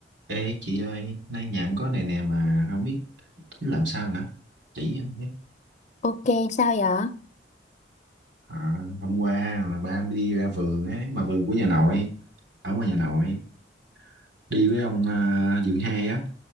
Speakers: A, on the right; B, on the left.
A: Ê chị ơi, nay nhà em có này nè mà không biết tính làm sao nữa. Chỉ em biết.
B: Ok, sao vậy?
A: À, hôm qua là ba em đi ra vườn ấy, mà vườn của nhà nội, ở ngoài nhà nội, đi với ông à, Dượng Hai á,